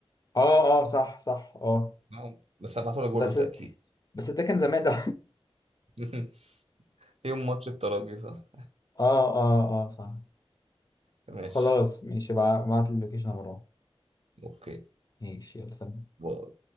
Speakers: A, on the left (about 35°); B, on the right (about 75°).
A: اه اه صح صح اه
B: نعم. بس هبعتهولك برضه
A: ده ست
B: تأكيد
A: بس ده كان زمان ده
B: <laughs> يوم ماتش الترجي صح
A: <laughs> اه اه اه صح
B: <laughs> ماشي
A: خلاص ماشي ابعت لي اللوكيشن يا مروان
B: اوكي
A: ماشي يلا سلام
B: و-